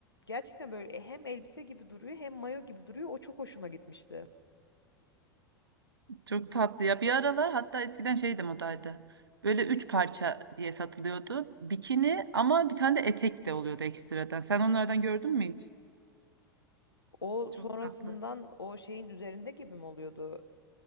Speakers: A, on the left; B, on the right.
A: Gerçekten böyle e, hem elbise gibi duruyor hem mayo gibi duruyor. O çok hoşuma gitmişti.
B: Çok tatlı ya. Bir aralar hatta eskiden şeydi modaydı. Böyle üç parça diye satılıyordu. Bikini ama bir tane de etek de oluyordu ekstradan. Sen onlardan gördün mü hiç?
A: O
B: Çok
A: sonrasından
B: tatlı.
A: o şeyin üzerinde gibi mi oluyordu?